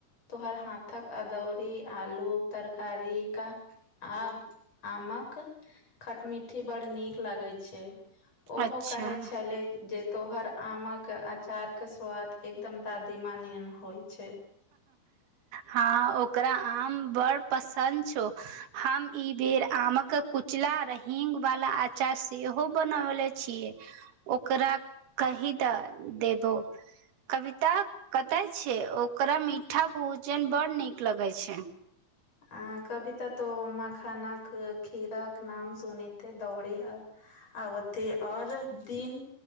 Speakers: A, on the left (about 30°); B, on the right (about 80°).
A: तो हर हाथ तक अदौरी आलू तरकारी का आ आमक खटमिट्ठी ब् नीक लागै छै ओहो
B: अच्छा
A: कहै छले जे तोहर आमक कऽ अचार केँ स्वाद एकदम दादी माँ नियन होइ छै
B: हँ ओकरा आम बड़ पसन छौ हम ई बेर आमक कुचला र हींग वाला आचार सेहो बनौले छियै ओकरा कही दऽ देबो कविता कतै छै ओकरा मीठा भोजन बड़ नीक लगै छै
A: अ कविता तो मखानाक खीर कऽ के नाम सुनेते दौड़े आ आबते आओर दिन